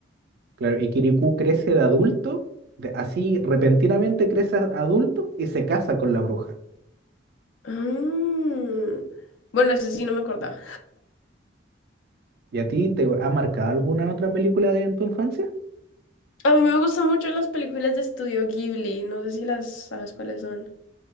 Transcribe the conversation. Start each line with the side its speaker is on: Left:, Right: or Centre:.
Right: Claro, y Kirikou crece de adulto, de- así repentinamente crece a- adulto y se casa con la bruja.
Left: Ah. Bueno, eso sí no me acordaba.
Right: ¿Y a ti te ha marcado alguna otra película de en tu infancia?
Left: A mí me gustan mucho las películas de Estudio Ghibli, no sé si las sabes cuáles son.